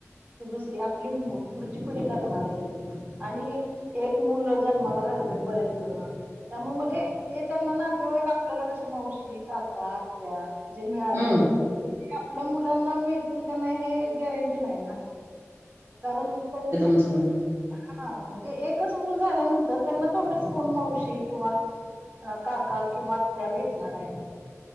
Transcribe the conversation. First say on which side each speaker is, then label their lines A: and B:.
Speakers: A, on the right; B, on the right.
A: ते दुसरी आपली पुढची पिढी लग्नाला येईल आणि- एक मुलं जन्माला घालतात बरेच जण. त्यामुळे म्हणजे ते त्यांना नातेवाईक आपल्याला कसे मावशी, काका, आत्या. जे मिळाले.
B: हम्म
A: ते आपल्या मुलांना मिळतील का नाही हे गॅरंटी नाही ना कारण त्यांना
B: तुझं
A: -
B: म्हणणं.
A: हा म्हणजे एकच मूल झाल्यानंतर त्यांना थोडीच कोण मावशी किंवा. अ काका किंवा आत्या भेटणार आहे.